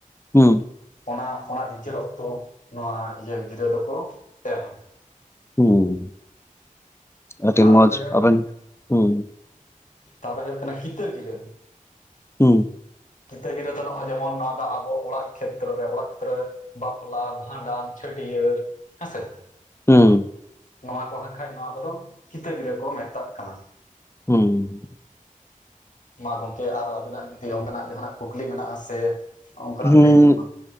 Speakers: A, on the left; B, on the left.
A: ᱦᱩᱸ
B: ᱚᱱᱟ ᱚᱱᱟ ᱵᱤᱪᱟᱹᱨ ᱚᱠᱛᱚ ᱱᱚᱣᱟ ᱤᱭᱟᱹ ᱜᱤᱨᱟᱹ ᱫᱚᱠᱚ ᱮᱢᱟ ᱾
A: ᱦᱩᱸ ᱟᱹᱰᱤ
B: ᱛᱟᱯᱚᱨᱮ
A: ᱢᱚᱡᱽ ᱟᱵᱮᱱ ᱦᱩᱸ
B: ᱛᱟᱨᱯᱚᱨᱮ ᱦᱩᱭᱩᱜ ᱠᱟᱱᱟ ᱠᱤᱛᱟᱹ ᱜᱤᱨᱟᱹ
A: ᱦᱩᱸ ᱾
B: ᱠᱤᱛᱟᱹ ᱜᱤᱨᱟᱹ ᱫᱚ ᱱᱚᱜ-ᱚᱭ ᱡᱮᱢᱚᱱ ᱱᱚᱣᱟ ᱫᱚ ᱟᱵᱚ ᱚᱲᱟᱜ ᱠᱷᱮᱛᱨᱮ ᱨᱮ ᱚᱲᱟᱜ ᱠᱷᱮᱛᱨᱮ ᱨᱮ ᱵᱟᱯᱞᱟ, ᱵᱷᱟᱸᱰᱟᱱ, ᱪᱷᱟᱹᱴᱭᱟᱹᱨ ᱦᱮᱸ ᱥᱮ ᱾
A: ᱦᱩᱸ ᱾
B: ᱱᱚᱣᱟ ᱠᱚ ᱟᱟᱠᱷᱟᱡ ᱱᱚᱣᱟ ᱠᱚᱫᱚ ᱠᱤᱛᱟᱹ ᱜᱤᱨᱟᱹ ᱠᱚ ᱢᱮᱛᱟᱜ ᱠᱟᱱᱟ ᱾
A: ᱦᱩᱸ ᱾
B: ᱢᱟ ᱜᱚᱝᱠᱮ ᱟᱨᱚ ᱟᱵᱤᱱᱟᱜ ᱡᱩᱫᱤ ᱚᱱᱠᱟᱱᱟᱜ ᱡᱟᱦᱟᱱᱟᱜ ᱠᱩᱠᱞᱤ ᱢᱮᱱᱟᱜ-ᱟ ᱥᱮ ᱚᱱᱠᱟᱱᱟᱜ
A: ᱦᱩᱸᱜ
B: ᱞᱟᱹᱭ ᱵᱤᱱ ᱢᱟ